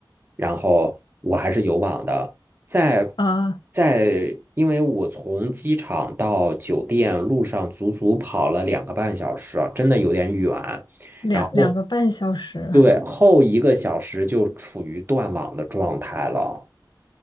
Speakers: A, on the right; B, on the left.
A: 然后我还是有网的。在
B: 呃，
A: 在，因为我从机场到酒店路上足足跑了两个半小时啊，真的有点远。
B: 两两个半小时。
A: 然后，对，后一个小时就处于断网的状态了。